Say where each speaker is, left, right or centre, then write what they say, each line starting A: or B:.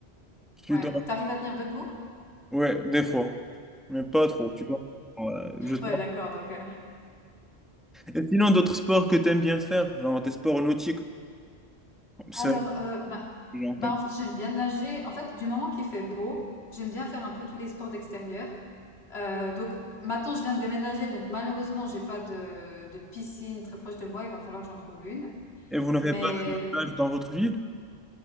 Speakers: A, in the centre; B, on the left.
A: Je suis
B: ouais,
A: dans...
B: tu arrives à tenir debout?
A: Ouais, des fois, mais pas trop, tu vois. Ouais, je...
B: Ouais, d'accord, donc heu,
A: Et sinon, d'autres sports que tu aimes bien faire, genre des sports nautiques, comme
B: alors,
A: ça,
B: heu, ben
A: genre,
B: Bah,
A: t'aimes-
B: en fait, j'aime bien nager. En fait, du moment qu'il fait beau, j'aime bien faire un peu tous les sports d'extérieur. Euh, donc maintenant, je viens de déménager, donc malheureusement, j'ai pas de, de piscine très proche de moi. Il va falloir que j'en trouve une.
A: et vous n'avez
B: Mais,
A: pas de plage dans votre ville?